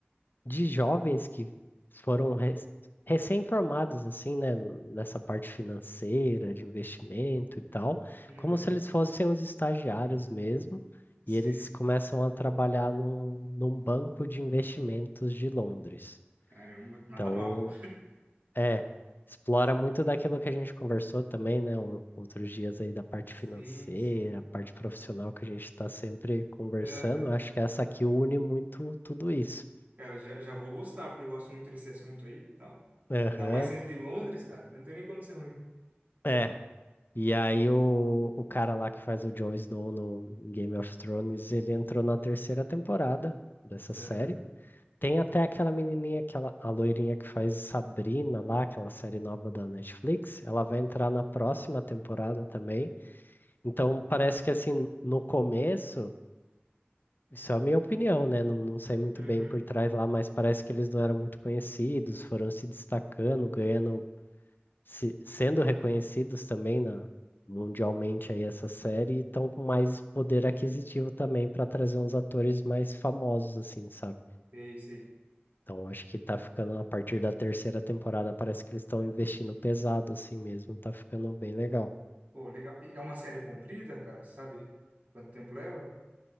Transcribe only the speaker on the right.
Uhum.
Sei.
Caramba, nada
mal.
Sim,
sim.
Aham.
Cara, já, já vou gostar, porque eu gosto muito desse assunto aí e tal.
Ainda mais sendo de Londres, cara. Não tem nem como ser ruim.
Aham,
aham.
Uhum.
Sei, sei.
Pô, legal. E é uma série comprida, cara? Sabe quanto tempo leva?